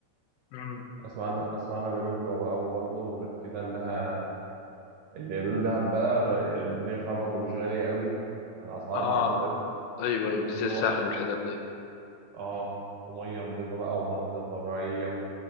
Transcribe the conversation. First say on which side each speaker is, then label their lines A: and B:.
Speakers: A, on the left; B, on the right.
A: أمم،
B: أسمع عنها أسمع عنها بيقولوا حلوة بقى أوي برضه وغير كده إنها اللي بيقولوا دهب بقى الدنيا فيها برضه مش غالية أوي يعني أسعار
A: اه
B: معقولة
A: ايوه ايوه
B: ويقولوا
A: مش زي الساحل
B: بقى
A: والحتت دي
B: اه ومية نضيفة بقى ومناظر طبيعية و...